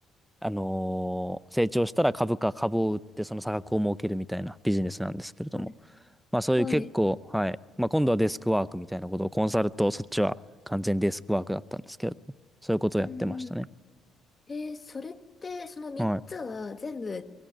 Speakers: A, in the centre; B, on the left.
A: あのー成長したら株価、株を売ってその差額を儲けるみたいなビジネスなんですけれども。
B: はい
A: まあそういう結構、
B: はい。
A: はい。まあ今度はデスクワークみたいなことをコンサルと、そっちは完全デスクワークだったんですけれども、そういうことをやってましたね。
B: うんうん。えー、それって、その3つは全部違
A: はい。